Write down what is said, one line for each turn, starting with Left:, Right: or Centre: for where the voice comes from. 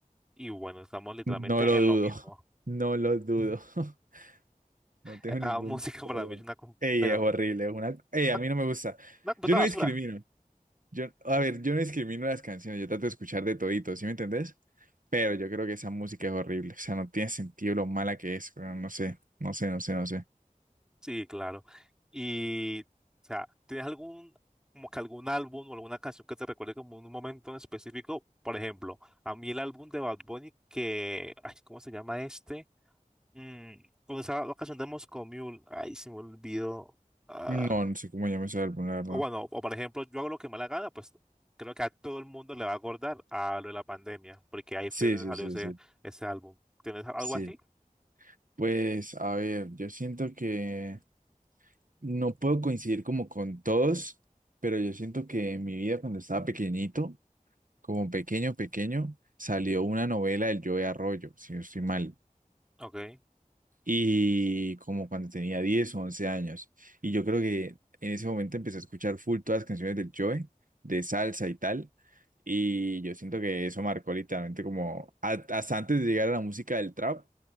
Centre: Y bueno, estamos literalmente
Right: No lo
Centre: en
Right: dudo,
Centre: lo mismo. <laughs>
Right: no lo dudo. <laughs> No tengo
Centre: Eh, ah,
Right: ningún
Centre: música
Right: problema.
Centre: para mí es una, com-
Right: Ey,
Centre: pero,
Right: es horrible, es una... Ey, a
Centre: una,
Right: mí no me gusta.
Centre: una completa
Right: Yo no
Centre: basura.
Right: discrimino. Yo, a ver, yo no discrimino las canciones, yo trato de escuchar de todito, ¿sí me entendés? Pero yo creo que esa música es horrible, o sea, no tiene sentido lo mala que es, pero no sé, no sé, no sé, no sé.
Centre: Sí, claro. Y, o sea, ¿tienes algún, como que algún álbum o alguna canción que te recuerde como un momento en específico? Por ejemplo, a mí el álbum de Bad Bunny que, ay, ¿cómo se llama este? Mm, con esa la canción de Moscow Mule, ay, se me olvidó. Ah,
Right: No, no sé cómo llama ese álbum, la verdad.
Centre: o bueno, o por ejemplo, yo hago lo que me da la gana, pues creo que a todo el mundo le va a acordar a lo de la pandemia, porque ahí
Right: Sí,
Centre: fue donde
Right: sí,
Centre: salió
Right: sí,
Centre: ese,
Right: sí.
Centre: ese álbum. ¿Tienes algo
Right: Sí.
Centre: así?
Right: Pues, a ver, yo siento que... No puedo coincidir como con todos, pero yo siento que en mi vida cuando estaba pequeñito, como pequeño, pequeño, salió una novela del Joe Arroyo, si no estoy mal,
Centre: Ok.
Right: y como cuando tenía 10 o 11 años. Y yo creo que en ese momento empecé a escuchar full todas las canciones del Joe, de salsa y tal, y yo siento que eso marcó literalmente como a- hasta antes de llegar a la música del trap